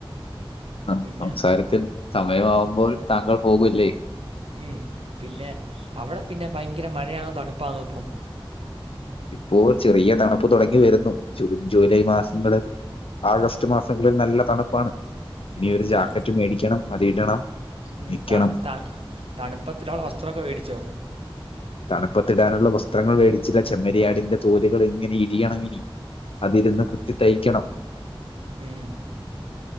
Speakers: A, on the left; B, on the right.
A: ആ
B: പിന്നെ
A: സംസാരത്തിൽ സമയമാവുമ്പോൾ താങ്കൾ പോകൂലെ
B: ഉം പിന്നെ അവിടെ പിന്നെ ഭയങ്കര മഴയാണോ തണുപ്പാണോ ഇപ്പം
A: ഇപ്പോൾ ചെറിയ തണുപ്പ് തുടങ്ങി വരുന്നു ജൂൺ ജൂലൈ മാസങ്ങളിൽ ആഗസ്റ്റ് മാസങ്കിലും നല്ല തണുപ്പാണ് ഇനി
B: ഉം,
A: ഒരു ജാക്കറ്റ്
B: താ
A: മേടിക്കണം അത് ഇടണം
B: ഉം
A: നിക്കണം
B: താൻ ത തണുപ്പ് ഇടാനുള്ള വസ്ത്രമൊക്കെ മേടിച്ചോ
A: തണുപ്പത്തിടാനുള്ള വസ്ത്രങ്ങൾ മേടിച്ചില്ല ചെമ്മരിയാടിന്റെ തോലുകൾ എങ്ങനെ ഇരിയണം ഇനി അതിരുന്ന് കുത്തി തയ്ക്കണം
B: ഉം